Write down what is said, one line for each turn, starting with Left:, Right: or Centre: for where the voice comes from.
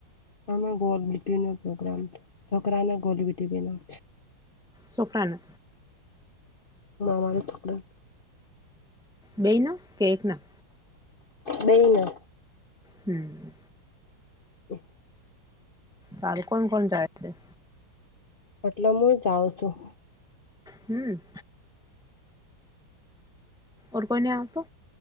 Left: આમાં ગોલબીટી નો પ્રોગ્રામ છોકરાને ગોલીબીટીના
Centre: છોકરાને
Left: હ મામારે થોડા
Centre: બે ના કે એક ના
Left: બેયને.
Centre: હમ.
Left: <inaudible>
Centre: સારું કોણ કોણ જાય છે?
Left: એટલે હું જાઉં છું.
Centre: હમ. ઓર કોઇને આ તો.